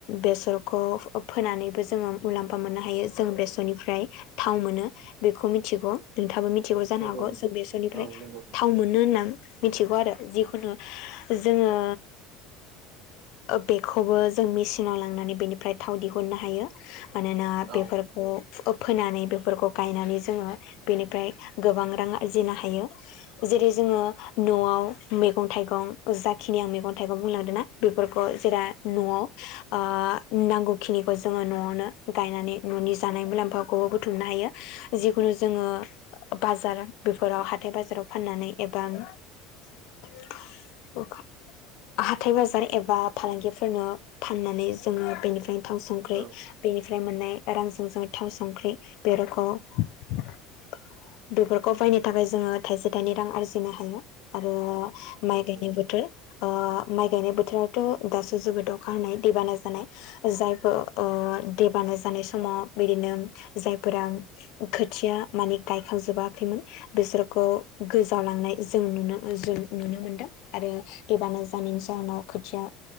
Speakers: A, on the left; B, on the right.
A: बेसरखौ फोनानैबो जोङो मुलाम्फा मोननो हायो जों बेसरनिफ्राय थाव मोनो बेखौ मिथिगौ नोंथाङाबो मिथिगौ जानो
B: नंगौ
A: हागौ
B: नंगौ
A: जों बेसरनिफ्राय
B: औ नंगौ औ
A: थाव मोनो होननानै मिथिगौ आरो जिखुनु जोङो ओ बेखौबो जों मेसिनाव लांनानै बेनिफ्राय थाव दिहुननो हायो मानोना
B: औ
A: बेफोरखौ फोनानै बेफोरखौ गायनानै जोङो बेनिफ्राय गोबां रां आरजिनो हायो जेरै जोङो न'आव मैगं थाइगं जाखिनि आं मैगं थाइगं बुंलांदों ना बेफोरखौ जेरा न'आव ओ नांगौखिनिखौ जोङो न'आवनो गायनानै न'नि जानाय मुलाम्फाखौबो बुथुमनो हायो जिखुनु जोङो बाजार बेफोराव हाथाय बाजाराव फाननानै एबा <unintelligible> हथाय बाजार एबा फालांगिफोरनो फाननानै जोङो बेनिफ्रायनो थाव संख्रि
B: औ
A: बेनिफ्राय मोननाय रांजों जोङो थाव संख्रि बे <unintelligible> बेफोरखौ बायनो थाखाय जोङो थाइसे थाइनै रां आरजिनो हायो आरो। माइ गायनाय
B: नंगौ औ
A: बोथोर ओ माइ गायनाय बोथोराव। थ' दासो जोबोद अखा हानाय दैबाना जानाय। जायफोर ओ दैबाना जानाय समाव बिदिनो जायफोरा खोथिया माने गायखांजोबाखैमोन बिसोरखौ गोजावलांनाय जों नुनो जों नुनो मोनदों आरो। दैबाना जानायनि जाहोनाव खोथिया